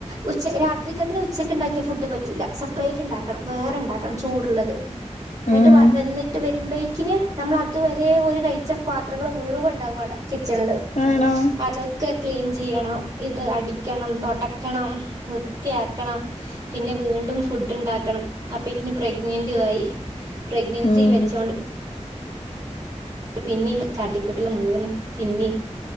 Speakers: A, on the right; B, on the left.
A: ഉച്ച രാത്രിക്കത്തിന് ഉച്ചക്ക് ഇണ്ടാക്കിയ ഫുഡ് പറ്റൂല്ല സപ്പറേറ്റ് ഇണ്ടാക്കണം വേറെണ്ടാക്കണം ചൂടുള്ളത് ഇങ്ങട്ട്
B: ഉം
A: വ വന്നിട്ട് വരുമ്പേഴ്ക്കിന് നമ്മള് അതുവരെ ഒര് കഴിച്ച പാത്രങ്ങള് മുഴുവൻ ഇണ്ടാവും അടെ കിച്ചൺല്
B: ആണോ
A: അതൊക്കെ ക്ലീൻ ചെയ്യണം ഇത് അടിക്കണം തൊടക്കണം വൃത്തിയാക്കണം പിന്നെ വീണ്ടും ഫുഡ് ഇണ്ടാക്കണം അപ്പെക്കിന് പ്രഗ്നന്റെയും ആയി പ്രഗ്നൻസിയും
B: ഉം
A: വെച്ചോണ്ട്- പിന്നീ കാട്ടിക്കൂട്ടൽ മുഴുവനും പിന്നേം